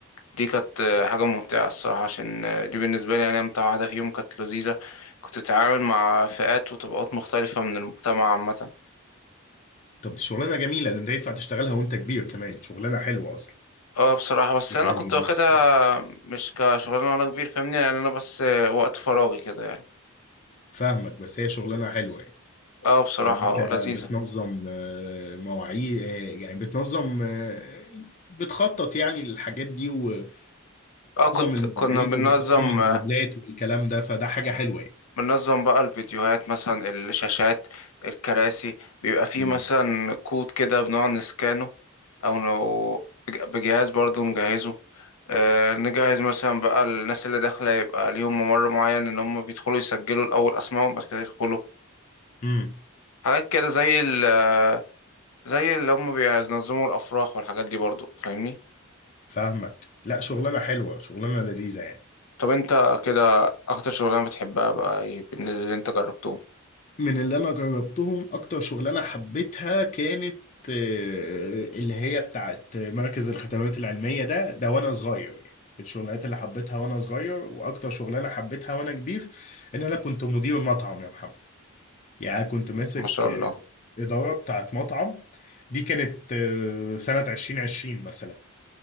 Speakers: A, on the left (about 85°); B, on the left (about 30°).
A: دي كانت آه، حاجة ممتعة الصراحة عشان آه، دي بالنسبة لي يعني أمتع واحدة فيهم كانت لذيذة كنت بتتعامل مع فئات وطبقات مختلفة من المجتمع عامة
B: طب دي شغلانه جميله ده انت ينفع تشتغلها وانت كبير كمان شغلانه حلوه اصلا
A: اه بصراحة بس
B: يعني
A: أنا كنت
B: مش
A: واخدها مش كشغلانة وأنا كبير فاهمني يعني أنا بس آه، وقت فراغي كده يعني
B: فاهمك بس هي شغلانه حلوه يعني
A: اه بصراحة
B: يعني انت
A: اه لذيذة
B: بتنظم آه، مواعيد آه، يعني بتنظم آه، بتخطط يعني للحاجات دي وبتنظم
A: اه كنت
B: المواعيد
A: كنا بننظم
B: وبتنظم المقابلات
A: آه،
B: والكلام ده فده حاجه حلوه يعني
A: بننظم بقى الفيديوهات مثلا الشاشات الكراسي بيبقى فيه
B: امم
A: مثلا كود كده بنقعد نسكانه او نو- بج- بجهاز برضو نجهزه آه، نجهز مثلا بقى الناس اللي داخلة يبقى ليهم ممر معين ان هم بيدخلوا يسجلوا الاول اسمائهم بعد كده يدخلوا
B: امم
A: حاجات كده زي ال آه، زي اللي هم بينظموا الافراح والحاجات دي برضو فاهمني
B: فاهمك لا شغلانه حلوه شغلانه لذيذه يعني
A: طب انت كده اكتر شغلانة بتحبها بقى ايه من اللي انت جربته
B: من اللي انا جربتهم اكتر شغلانه حبيتها كانت آه، اللي هي بتاعت مركز الخدمات العلميه ده ده وانا صغير يعني من الشغلانات اللي حبيتها وانا صغير واكتر شغلانه حبيتها وانا كبير ان انا كنت مدير مطعم يا محمد يعني كنت ماسك
A: ما شاء
B: آه،
A: الله
B: اداره بتاعت مطعم دي كانت آه، سنه 2020 مثلا